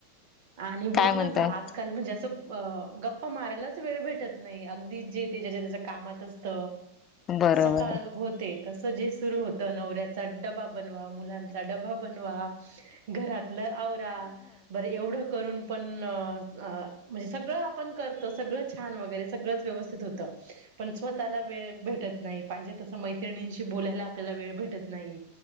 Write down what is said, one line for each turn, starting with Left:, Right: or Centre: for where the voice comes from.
Right: आणि
Left: काय
Right: बघ
Left: म्हणताय
Right: ना ग आजकाल म्हणजे असं गप्पा मारायलाच वेळ भेटत नाही अ जेते जच्या त्याच्या कामात असत
Left: बरोबर
Right: सकाळ होते तसं जे सुरु होतं नवऱ्याचा डबा बनवा मुलांचा डबा बनवा घरातलं आवरा बर एवढं ून पण म्हणजे सगळं आपण करतो सगळं छान वगैरे सगळंच व्यवस्थित होतं पण स्वतःला वेळ भेटत नाही पाहिजे तसं मैत्रिणींशी बोलायला आपल्याला वेळ भेटत नाही